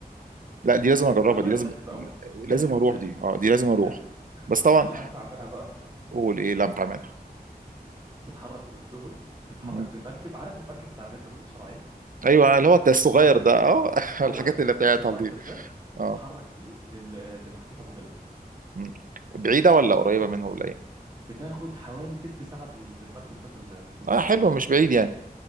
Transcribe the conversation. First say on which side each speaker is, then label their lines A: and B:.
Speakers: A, on the right; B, on the right.
A: لا دي لازم اجربها
B: باللايف
A: دي لازم
B: جاكيت بقى وغيره لازم
A: لازم اروح
B: لازم
A: دي اه دي لازم اروح
B: لازم
A: بس طبعا
B: الامتع منها بقى
A: قول ايه لم تعملها
B: تتحرك من البلو هول تتحرك
A: مم.
B: بمركب عارف المركب بتاع الهجرة الغير شرعية
A: ايوه اللي هو التست الصغير ده اه <laughs>
B: هو
A: الحاجات
B: ده
A: اللي بتاعتها
B: نفس المركب
A: دي
B: ده بتتحرك
A: اه
B: بيه لل- لمحمية أبو جالوم
A: مم. بعيده ولا قريبه منها ولا ايه
B: بتاخد حوالي تلت ساعة بال- بالمركب ده في ال- في المية
A: اه حلو مش بعيد يعني